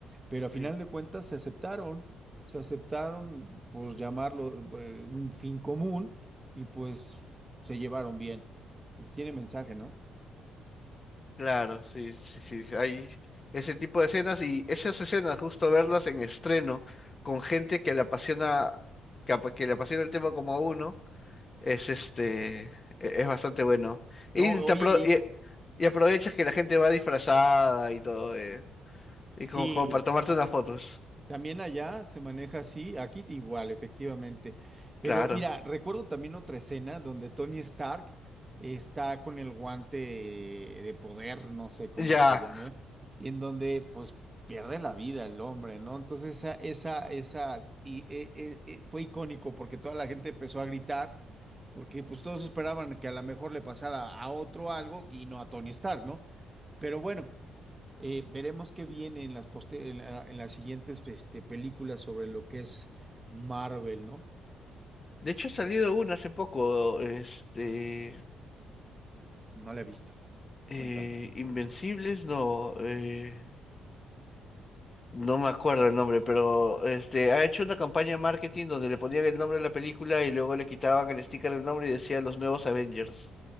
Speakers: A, on the right; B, on the left.
A: Pero a final
B: Sí,
A: de cuentas se aceptaron, se aceptaron, pues llamarlo eh, un fin común y pues se llevaron bien. Tiene mensaje, ¿no?
B: claro, sí, sí, sí. sí, Hay ese tipo de escenas y esas escenas, justo verlas en estreno con gente que le apasiona, que, apa- que le apasiona el tema como a uno, es este, e- es bastante bueno.
A: No,
B: Y, te
A: oye,
B: apro-
A: y
B: y, y aprovechas que la gente va disfrazada y todo, eh, y
A: sí.
B: como, como para tomarte unas fotos.
A: También allá se maneja así, aquí igual, efectivamente. Pero
B: Claro.
A: mira, recuerdo también otra escena donde Tony Stark está con el guante de poder, no sé cómo
B: Ya.
A: se llame, y en donde pues pierde la vida el hombre, ¿no? Entonces esa, esa, esa, y, eh, eh, eh, fue icónico porque toda la gente empezó a gritar, porque pues todos esperaban que a lo mejor le pasara a otro algo y no a Tony Stark, ¿no? Pero bueno. Eh, veremos qué viene en las, poste- en la- en las siguientes este, películas sobre lo que es Marvel, ¿no?
B: De hecho, ha salido una hace poco, este,
A: No la he visto.
B: eh,
A: Cuéntame.
B: Invencibles, no. eh, No me acuerdo el nombre, pero este ha hecho una campaña de marketing donde le ponían el nombre de la película y luego le quitaban el sticker del nombre y decía los nuevos Avengers